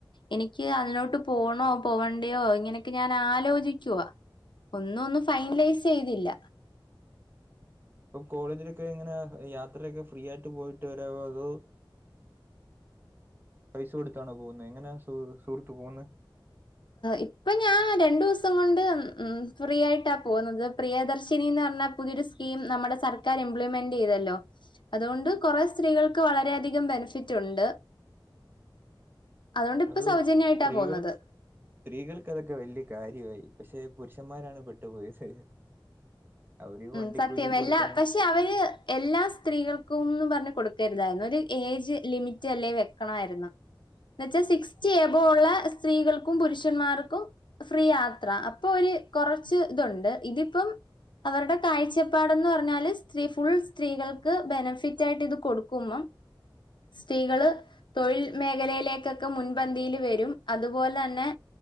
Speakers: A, on the left; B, on the right.
A: എനിക്ക് അതിനോട്ട് പോണോ പോവണ്ടയോ ഇങ്ങനെയൊക്കെ ഞാൻ ആലോചിക്കുവ. ഒന്നും ഒന്നും ഫൈനലൈസ് ചെയ്തില്ല.
B: ഇപ്പം കോളേജിലൊക്കെ എങ്ങനെ യാത്രയൊക്കെ ഫ്രീ ആയിട്ട് പോയിട്ട് വരവോ അതോ? പൈസ കൊടുത്താണോ പോകുന്നത് എങ്ങനെയാ സ സുഹൃത്ത് പോകുന്നത്.
A: ഇപ്പൊ ഞാൻ രണ്ടു ദിവസം കൊണ്ട് ഉ ഫ്രീ ആയിട്ടാ പോകുന്നത്. പ്രിയദർശിനിന്ന് പറഞ്ഞാ. പുതിയൊരു സ്കീം നമ്മുടെ സർക്കാർ ഇംപ്ലിമെന്റ് ചെയ്തല്ലോ? അതുകൊണ്ട് കുറെ സ്ത്രീകൾക്ക്. വളരെയധികം ബെനിഫിറ്റ് ഉണ്ട്. അതുകൊണ്ട് ഇപ്പ
B: അത്
A: സൗജന്യമായിട്ടാ
B: സ്ത്രീകൾക്ക്
A: പോകുന്നത്.
B: സ്ത്രീകൾക്ക് അതൊക്കെ വലിയ കാര്യമായി പക്ഷെ പുരുഷന്മാരാണ് പെട്ടുപോയത്. അവര്
A: ഉം
B: വണ്ടിക്കൂലിയും
A: സത്യം എല്ലാ
B: കൊടുക്കണം
A: പക്ഷെ അവര്. എല്ലാ സ്ത്രീകൾക്കും ന്ന് പറഞ്ഞ് കൊടുക്കരുതായിരുന്നു. ഒരു ഏജ് ലിമിറ്റ് അല്ലെ വെക്കണമായിരുന്നു. എന്ന വെച്ചാൽ സിക്സ്റ്റി എബോ ഉള്ള സ്ത്രീകൾക്കും. പുരുഷന്മാർക്കും. ഫ്രീ യാത്ര അപ്പൊ ഒരുര് കൊറച്ച് ഇതുണ്ട് ഇതിപ്പം. അവരുടെ കാഴ്ചപ്പാട്ന്ന് പറഞ്ഞാല് സ്ത്രീ ഫുൾ സ്ത്രീകൾക്ക് ബെനഫിറ്റ് ആയിട്ട് ഇത് കൊടുക്കുമ്പം. സ്ത്രീകള്. തൊഴിൽ മേഖലയിലേക്കൊക്കെ മുൻപന്തിയിൽ വരും. അതുപോലെ തന്നെ.